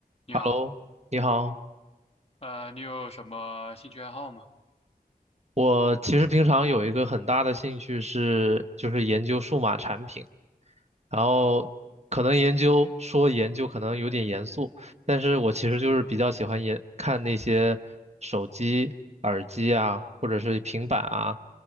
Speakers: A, on the left; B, on the right.
A: 你好，
B: Hello，你好。
A: 呃，你有什么兴趣爱好吗？
B: 我其实平常有一个很大的兴趣是，就是研究数码产品，然后可能研究说研究可能有点严肃，但是我其实就是比较喜欢研看那些手机、耳机啊，或者是平板啊，